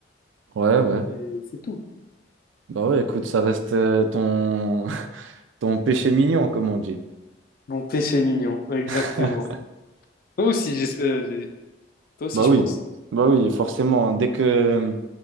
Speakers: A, on the right; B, on the left.
A: Ouais, ouais.
B: Et c'est tout.
A: Bah ouais, écoute, ça reste euh, ton... <laughs> ton péché mignon, comme on dit.
B: Mon péché mignon, exactement.
A: <laughs>
B: Toi aussi, j'es- euh, j'ai- toi aussi,
A: Bah
B: je
A: oui,
B: pense.
A: bah oui, forcément. hein. Dès que,